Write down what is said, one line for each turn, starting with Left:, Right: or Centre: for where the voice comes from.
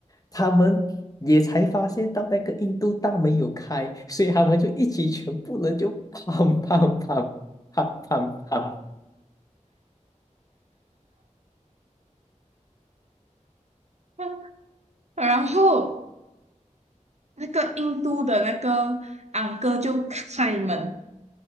Left: 他们也才发现到那个印度档没有开，所以他们就一起全部人就砰砰砰砰砰砰。
Right: 嗯然后那个印度的那个昂哥就开门，